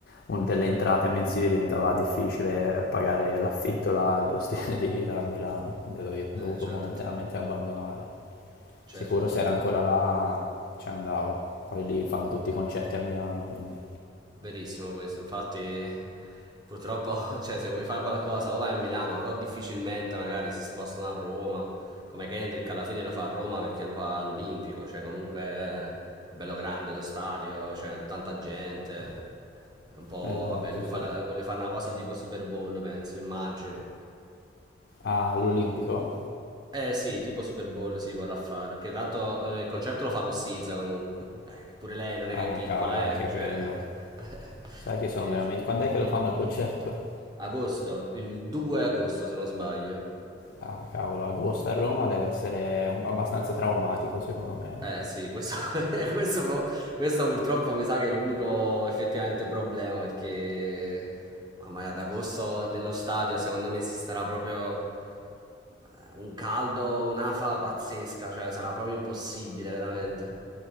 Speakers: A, on the left; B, on the right.
A: un- delle entrate mensili diventava difficile pagare l'affitto, la- lo stile di vita a Milano, quindi ho dovi- dovuto
B: Eh, certo,
A: momentaneamente abbandonare.
B: certo,
A: Sicuro
B: certo.
A: se era ancora là ci andavo, poi lì fanno tutti i concerti a Milano, quindi...
B: Verissimo questo, infatti purtroppo, <laughs> cioè, se vuoi fare qualcosa o vai a Milano o difficilmente magari si spostano a Roma, come Kendrick alla fine lo fa a Roma perché lo fa all'Olimpico, cioè comunque è bello grande lo stadio, c'è tanta gente, è un po',
A: Esatto,
B: vabbè, lui
A: sì.
B: fa la- vuole fare una cosa tipo Super Bowl, penso, immagino.
A: Ah, all'Olimpico?
B: Eh sì, tipo Super Bowl si vorrà fare, che tanto eh, il concerto lo fa con Sizza comunque, Eh, che pure lei non è
A: Ah,
B: che è piccola,
A: cavolo, anche
B: eh, cioè...
A: quello.
B: <laughs>
A: Sai che sono
B: Sì,
A: veramente...
B: sì.
A: Quando è che lo fanno il concerto?
B: Agosto, il 2 agosto se non sbaglio.
A: Ah, cavolo, agosto a Roma deve essere un- abbastanza traumatico, secondo me.
B: Eh sì, questo, <laughs> questo fu- questo purtroppo mi sa che è l'unico effettivamente problema perché mamma mia, ad agosto nello stadio secondo me si starà proprio eh, un caldo, un'afa pazzesca, cioè sarà proprio impossibile veramente.